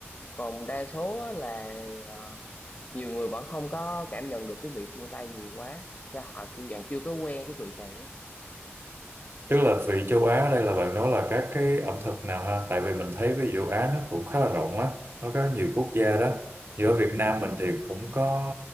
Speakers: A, on the left; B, on the right.
A: còn đa số á là ờ, nhiều người vẫn không có cảm nhận được cái vị phương Tây nhiều quá do họ kiểu dạng chưa có quen cái vị này á.
B: Tức là vị châu Á ở đây là bạn nói là các cái ẩm thực nào ha? Tại vì mình thấy ví dụ châu Á nó cũng khá là rộng á, nó có nhiều quốc gia
A: ừ.
B: đó. Giữa Việt Nam mình thì cũng có